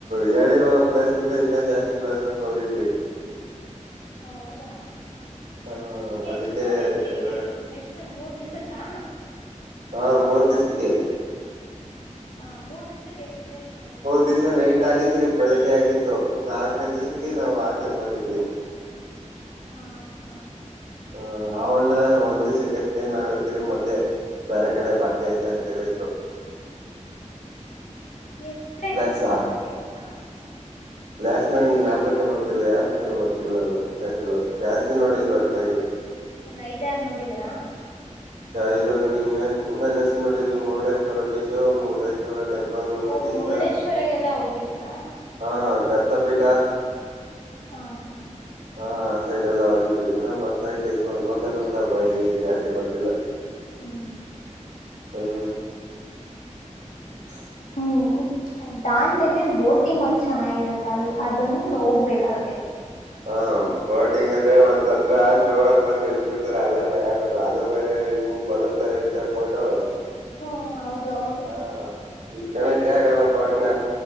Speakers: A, on the right (about 80°); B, on the left (about 80°).
A: ಹೇಳಿರೋ ಪ್ಲೇಸ್ಗಿಂತ ಇನ್ನ ಜಾಸ್ತಿ ಪ್ಲೇಸಸ್ ಹೋಗಿದ್ವಿ.
B: ಹೌದಾ..
A: ಹ ಅದಕ್ಕೆ
B: ಎಷ್ಟ್ ನೋಡಿದ್ರಿ.
A: ಡ್ರೈವರ್ ಅಣ್ಣ
B: ಎಷ್ಟ ಮೂರು ದಿವ್ಸಕ್ಕಾ
A: ಹಾ ಮೂರ್ ದಿವಸಕ್ಕೆ.
B: ಹಾ ಮೂರ್ ದಿವಸಕ್ಕೆ ಎಷ್ಟು ಪ್ಲಸ್ ನೋಡಿದರಿ
A: ಒಂದದಿವ್ಸ ನೈಟ್ ಆಗಿ ತಿರ್ಗಿ ಬೆಳಿಗ್ಗೆ ಆಗಿತ್ತು ನಾಲ್ಕನೇ ದಿವಸಕ್ಕೆ ನಾವು ಹಾಸ್ಟೆಲಿಗೆ ಬಂದಿದೀವಿ
B: ಹಾ ಹಾ
A: ಹ್ಮ ಅವಣ್ಣ ಒಂದ್ ದಿವಸಕ್ಕೆ ಎಷ್ಟು ಡೇ ನಾನ್ ತಿರಗಿ ಮತ್ತೆ.. ಬೇರೆ ಕಡೆ ಬಟ್ಟೆ ಐತೆ ಅಂತ ಹೇಳಿದ್ರು
B: ಎಷ್ಟ ಪ್ಲೇಸಸ್
A: ಪ್ಲೇಸಾ
B: ನೋಡಿದ್ರಿ ಹಾ
A: ಪ್ಲಾಸ್ಟ್ ನಂ ಜ್ಞಾಪನಕ್ಕೆ ಬರ್ತಿಲ್ಲ ಹೇಳಕ್ಕೆ ಬರ್ತಿಲ್ಲ ಅದು ಪ್ಲಾಸ್ಗಳು ಜಾಸ್ತಿ ನೋಡಿದವಿ ಒಟ್ಟನಾಗಿ.
B: ಒಂದ್ ಐದಾರು ನೋಡಿದೀರಾ
A: ಐದ್ವರೆಗ ಇ ಇನ್ನ ಜಾಸ್ತಿ ನೋಡಿದ ಮುರುಡೇಶ್ವರ ಬೀಚ್ ಮೂರಡೈ ಅದೆ ಟೆಂಪಲ್ ಮತ್ತೆ
B: ಓ ಮುರುಡೇಶ್ವರಎಲ್ಲಾ
A: ಇನ್ನ
B: ಹೋಗಿದ್ರಾ
A: ಹಾ ದತ್ತ ಪೀಠ
B: ಹಾ ಹಾ
A: ಹಾ ಆ ಸೈಡೆ ಎಲ್ಲ ಹೋಗಿದ್ ಇನ್ನ ಬರ್ತಾತಿಸ ಒಂದೊಂದೆ ಬರ್ತಾ ಬ ಈ ಜಾಸ್ತಿ ಬರ್ತಿಲ್ಲ
B: ಹ್ಮ್
A: ಹ್ಮ್ <inaudible>
B: ಹ್ಮ ದಾಂಡಲ್ಲಿ ಬೋಟಿಂಗ್ ಒಂದು ಚೆನ್ನಾಗಿರುತ್ತ ಅಲ್ ಅದನ್ನ ಹೋಗ್ಬೇಕು ಅಲ್ಗೆ
A: ಹಾ ಶೋಟಿಂಗ್ ಅಂದ್ರೆ ಒಂದ್ ಹತ್ರ ಜೋರ ಬಂದ ಇಳಸ್ಬ ಬಿಡ್ತಾರೆ ಅಲ್ಲೇ ಭಯ ಆಗೋದು ಅದು ಬೇರೆ ಇವು ಬಲೂನ್ ತರ ಇ ತ್ತಪ <unintelligible>
B: ಹ ಹೌದು ಹೌದು
A: ಹಾ ಇಟ್ಕಣಕ ಯಗಲ್ಲ ಬಾಟ್ನ